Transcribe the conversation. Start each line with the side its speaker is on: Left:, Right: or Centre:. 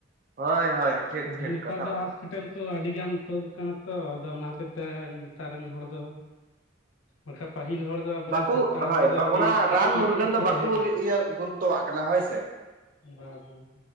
Right: ᱦᱳᱭ ᱦᱳᱭ ᱴᱷᱤᱠ
Left: ᱟᱫᱚ
Right: ᱴᱷᱤᱠ
Left: ᱱᱮᱛᱟᱨ
Right: ᱠᱟᱛᱷᱟ
Left: ᱫᱚ ᱡᱟᱦᱟᱥ ᱦᱚᱴᱮᱞ ᱠᱚ ᱟᱹᱰᱤᱜᱟᱱ ᱛᱩᱫ ᱟᱠᱟᱱᱟ ᱛᱚ ᱟᱫᱚ ᱚᱱᱟ ᱦᱚᱛᱮᱜ ᱛᱮ ᱱᱮᱛᱟᱨ ᱨᱮᱱ ᱦᱚᱲ ᱫᱚ ᱵᱟᱠᱷᱟᱱ ᱯᱟᱹᱦᱤᱞ ᱦᱚᱲ ᱟᱵᱚᱨᱮᱱ
Right: ᱵᱟᱠᱚ
Left: ᱥᱟᱱᱛᱟᱲ
Right: ᱦᱳᱭ
Left: ᱦᱚᱲ ᱫᱚ ᱟᱹᱰᱤ
Right: ᱚᱱᱟ
Left: ᱠᱮᱴᱮᱡ
Right: ᱨᱟᱱ
Left: ᱢᱮᱴᱮᱡ
Right: ᱢᱩᱨᱜᱟᱹᱱ
Left: ᱜᱮᱠᱚ
Right: ᱫᱚ ᱵᱟᱠᱚ
Left: ᱛᱟᱦᱮᱸ ᱠᱟᱱᱟ
Right: ᱤᱭᱟᱹ ᱜᱩᱨᱩᱛᱛᱚᱣᱟᱜ ᱠᱟᱱᱟ ᱦᱳᱭ ᱥᱮ
Left: ᱵᱟ ᱵᱟᱝ